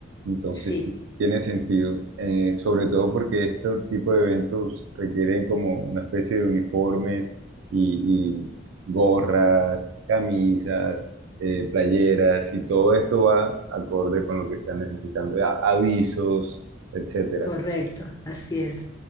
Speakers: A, on the right; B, on the left.
A: Entonces,
B: Sí.
A: sí, tiene sentido. Eh, sobre todo porque este tipo de eventos requieren como una especie de uniformes y, y gorras, camisas, eh, playeras y todo esto va acorde con lo que están necesitando, a- avisos, etcétera.
B: Correcto, así es.